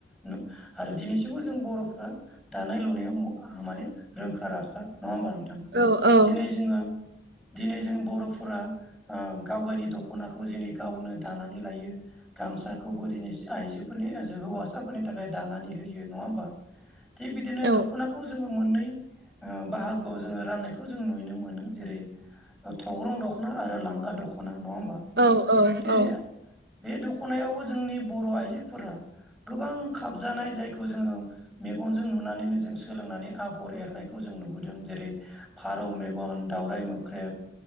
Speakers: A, in the centre; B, on the right.
A: नु आरो दिनैसिमबो जों बर'फ्रा दानाय लुनायाव म माने रोंखा राखा नङा होमबा नोंथां?
B: औ औ
A: दिनै जोङो दिनै जों बर'फोरा ओ गाव गायनि दख'नाखौ जेनै गावनो दानानै लायो गामसाखौबो दिनै आइजोफोरनि हौवासाफोरनि थाखाय दानानै होयो। होयो नङा होमबा? थिग बिदिनो
B: औ
A: दख'नाखौ जोङो मोननै ओ बाहागोआव जोङो राननायखौ जों नुयनो मोनो जेरै थग्रं दख'ना आरो लां गा दख'ना नङा होमबा?
B: औ औ।
A: बे जाया
B: औ ओ
A: बे दखनायावबो जोंनि बर आइजोफोरा गोबां खाबजानाय जायखौ जोङो मेगनजों नुनानैनो जों सोलोंनानै आगर एरनाय खौ जों नुबोदों जेरै फारौ मेगन, दाावराइ मोख्रेब,